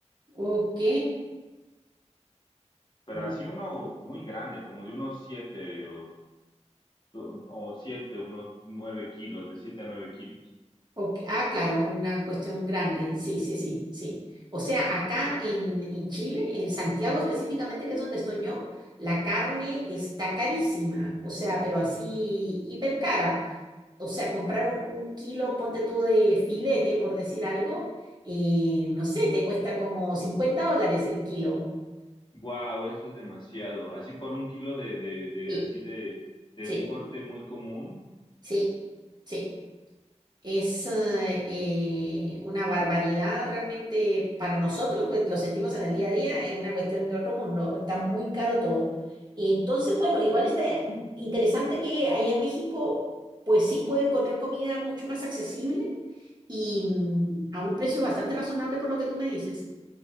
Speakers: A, on the right; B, on the left.
A: Ok.
B: pero
A: Uh,
B: así uno muy grande, como de unos 7 o o siete, unos nueve kilos, de siete a nueve kilos.
A: Ok, Ah, claro, una cuestión grande. Sí, sí, sí, sí. O sea, acá en, en Chile, en Santiago específicamente, que es donde estoy yo, la carne está carísima. O sea, pero así hiper cara. O sea, comprar un, un kilo, ponte tú de filete, por decir algo, y no sé, te cuesta como 50 dólares el kilo.
B: Wow, eso es demasiado. Así por un kilo de, de, de,
A: Sí,
B: así de, de
A: sí,
B: un corte muy común,
A: Sí, sí. Es eh, eh, una barbaridad realmente para nosotros, pues lo sentimos en el día a día, es una cuestión de otro mundo, está muy caro todo. Entonces, bueno, igual está interesante que allá en México, pues sí puede encontrar comida mucho más accesible y mm, a un precio bastante razonable por lo que tú me dices.